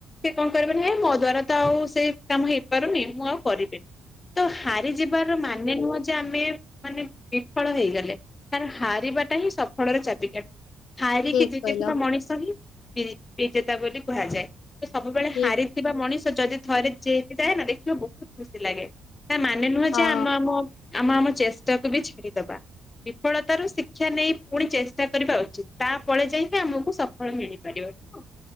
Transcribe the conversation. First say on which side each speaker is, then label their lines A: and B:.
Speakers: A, on the left; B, on the left.
A: ସେ କଣ କରିବ ନା ହେ ମୋ ଦ୍ଵାରା ତ ଆଉ ସେଇ କାମ ହେଇପାରୁନି ମୁଁ ଆଉ କରିବିନି। ତ ହାରିଯିବାର ମାନେ ନୁହଁ ଯେ ଯେ ଆମେ ମାନେ ବିଫଳ ହେଇଗଲେ କାରଣ ହାରିବାଟା ହିଁ ସଫଳର ଚାବିକାଠି ହାରିକି
B: ଠିକ
A: ଜିତିଥିବା
B: କହିଲ
A: ମଣିଷ ହିଁ ବି ବିଜେତା ବୋଲି କୁହାଯାଏ ସବୁବେଳେ
B: ଠିକ
A: ହାରି ଥିବା ମଣିଷ ଯଦି ଥରେ ଜେଇତି ଯାଏ ନା ଦେଖିବା ବହୁତ ଖୁସି ଲାଗେ। ମାନେ ନୁହଁ
B: ହଁ
A: ଯେ ଆମେ ଆମ ଆମ ଆମ ଚେଷ୍ଟାକୁ ବି ଛାଡିଦବା। ବିଫଳତାରୁ ଶିକ୍ଷା ନେଇ ପୁଣି ଚେଷ୍ଟା କରିବା ଉଚିତ ତାପଳେ ଯାଇକି ଆମକୁ ସଫଳ ମିଳିପାରିବ ନୁହଁ।